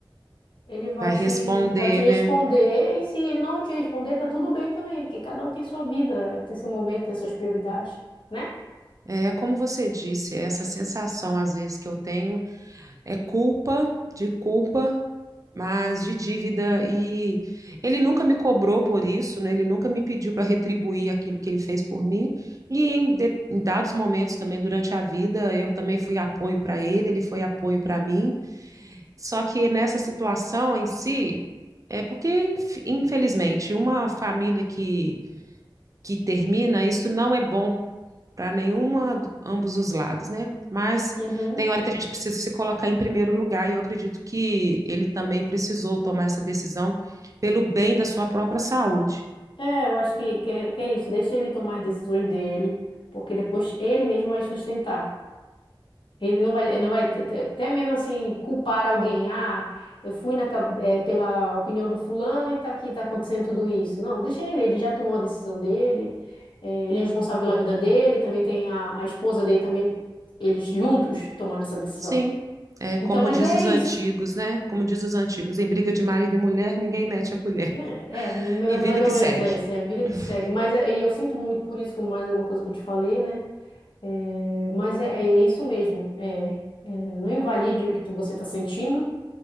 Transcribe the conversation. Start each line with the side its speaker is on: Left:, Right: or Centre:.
Left: ele vai
Right: vai
Left: te,
Right: responder,
Left: vai te responder,
Right: né?
Left: e se ele não te responder, tá tudo bem também, porque cada um tem sua vida, tem seu momento, tem suas prioridades, né?
Right: É como você disse, essa sensação às vezes que eu tenho é culpa, de culpa mas de dívida e ele nunca me cobrou por isso, né? Ele nunca me pediu para retribuir aquilo que ele fez por mim. E em, de- em dados momentos também durante a vida, eu também fui apoio para ele, ele foi apoio para mim. Só que nessa situação em si, é porque inf- infelizmente uma família que que termina, isso não é bom para nenhuma, ambos os lados, né? Mas
Left: Uhum.
Right: tem hora que a gente precisa se colocar em primeiro lugar, e eu acredito que ele também precisou tomar essa decisão pelo bem da sua própria saúde.
Left: É, eu acho que, que, é que é isso. Deixa ele tomar as decisões dele, porque depois ele mesmo vai sustentar. Ele não vai, ele não vai até até mesmo assim culpar alguém. Ah, eu fui na, ca- eh, pela opinião do fulano e tá aqui, tá acontecendo tudo isso. Não, deixa ele, ele já tomou a decisão dele, eh, ele é responsável pela vida dele, também tem a, a esposa dele também, eles juntos tomaram essa decisão.
Right: Sim, é como
Left: Então, mas
Right: diz
Left: é
Right: os
Left: isso.
Right: antigos, né? Como diz os antigos, em briga de marido e mulher, ninguém mete a colher.
Left: né? É, mais
Right: E vida
Left: mais ou
Right: que segue.
Left: menos é isso, é a vida que
Right: <laughs>
Left: segue. Mas é- e eu sinto muito por isso, como mais alguma coisa que eu te falei, né? É, mas é, é é isso mesmo. É, é, não invalide o que tu, você está sentindo